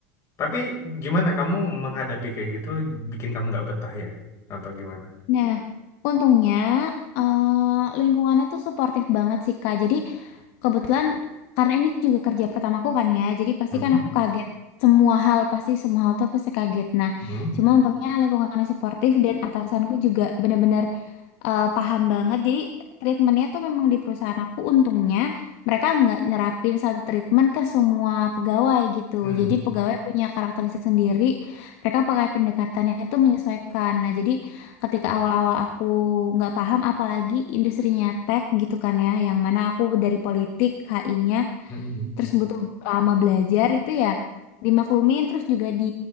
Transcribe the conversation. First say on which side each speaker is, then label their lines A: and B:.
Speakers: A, on the left; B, on the left.
A: Tapi gimana kamu menghadapi kayak gitu, bikin kamu nggak betah ya? Atau gimana?
B: Nah, untungnya eh, lingkungannya tuh suportif banget sih Kak. Jadi Kebetulan karena ini juga kerja pertamaku kan ya, jadi pasti
A: Hmm?
B: kan aku kaget semua hal pasti semua hal tuh pasti kaget. Nah,
A: Hmm?
B: cuma untungnya lingkungannya suportif dan atasanku juga benar-benar eh, paham banget. Jadi treatmentnya tuh memang di perusahaan aku untungnya mereka nggak nyerapin satu treatment ke semua pegawai gitu.
A: Hmm?
B: Jadi pegawai punya karakteristik sendiri. Mereka pakai pendekatannya itu menyesuaikan. Nah, jadi ketika awal-awal aku nggak paham apalagi industrinya tech gitu kan ya yang mana aku dari politik HI-nya
A: Hmm?
B: terus butuh lama belajar itu ya dimaklumin terus juga di